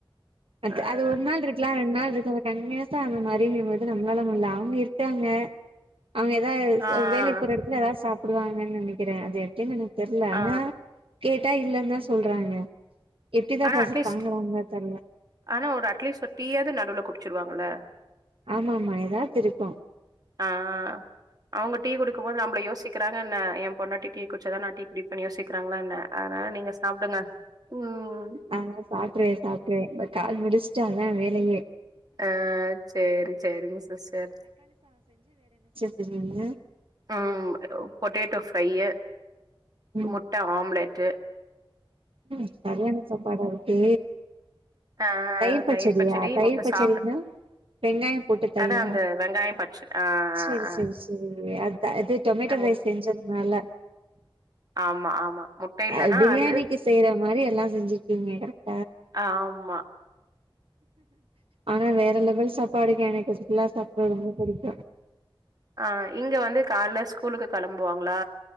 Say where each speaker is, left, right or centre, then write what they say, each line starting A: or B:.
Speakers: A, on the right (about 85°); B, on the right (about 45°).
A: அ
B: ஆ
A: அது ஒரு நாள் இருக்கலா ரெண்டு நாள் ஒருதங்க தன்மையா தா அந்த மாதரின் போது நம்மளால முட்ல அவங்க இருக்காங்க அவங்க ஏதாவ
B: ஆ ஆ
A: வேலைக்கு போற இடத்துல ஏதாவ சாப் போடுவாங்கனு நனைக்கிறன் அது எப்டினு என தெர்ல
B: ஆ
A: ஆனா கேட்டா இல்லந்தா சொல்றாங்க எப்டிதா
B: ஆனா
A: பசி
B: அட்லீஸ்ட்
A: தாங்குறாங்கலோ தெர்ல
B: ஆனா ஒரு அட்லீஸ்ட் ஒரு டீயாது நடுவுல குடிச்சிருவாங்கல
A: ஆமா ஆமா எதாச்சு இருக்கு
B: ஆஹ் அவங்க டீ குடிக்கு போது நம்மள யோசிக்கிறா என்ன என் பொண்டாட்டி டீ குடிச்சாதா நா டீ குடி ன்னு யோசிக்கிறாங்களா என்ன அதனால நீங்க சாப்டுங்க உம்
A: ஆ சாப்ட்றே சாப்ட்றே இந்த கால் முடிச்ட்டு அதா வேலயே
B: அ சேரி சேரிங் சிஸ்டர்
A: என்னங்க
B: ஆ பொட்டேட்டோ ஃப்ரையு
A: ம்
B: முட்ட ஆம்ப்லெட்டு
A: ம் சரியான சாப்பாடா இருக்கே
B: ஆ
A: தயிர் பச்சடியா
B: பச்சடி,
A: தயிர்
B: முட்ட
A: பச்சடின்னா
B: சாப்ட
A: வெங்காயம் போட்டு தயிரா
B: அதான் அந்த வெங்காயம் பச்சடி ஆ ஆ
A: செரி
B: ஆ.
A: செரி செரி ட்ட இது டொமேட்டோ
B: அ, முட்
A: ரைஸ் செஞ்சதுனால
B: ஆமா ஆமா முட்ட இல்லன்னா
A: அ பிரியாணிக்கி
B: அது
A: செய்ற மாரி எல்லா செஞ்சுட்டீகீங்க கரெக்
B: அ ஆமா
A: ஆனா வேற லெவல் சாப்பாடுங்க எனக் <unintelligible> சாப்ட ரொம்ப புடிக்கு
B: ஆ இங்க வந்து கால்ல ஸ்கூலுக்கு கெளம்புவாங்களா